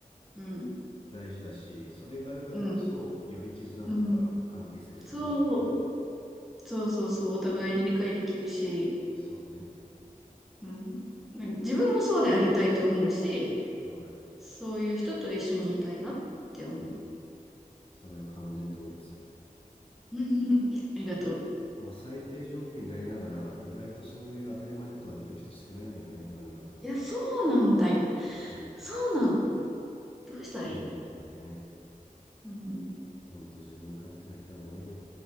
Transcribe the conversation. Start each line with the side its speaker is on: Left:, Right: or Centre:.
Centre: うん、
Left: 大事だし、それがあるからこそより絆とか関係性深くなるからね。
Centre: うん、うん、そう、そうそうそう、お互いに理解できるし、
Left: そうね。
Centre: うん、自分もそうでありたいと思うし、
Left: わかる。
Centre: そういう人と一緒にいたいなって思う。
Left: うん。それは完全同意ですわ。
Centre: <laughs> うんありがとう。
Left: まあ最低条件でありながら意外とそういう当たり前のことができる人少ないのよね、この世の中。
Centre: いや、そうなんだよ。
Left: うん。
Centre: そうなの。どうしたらいい
Left: そうなんだよね。
Centre: うん。
Left: ほんと自分勝手な人が多いよ。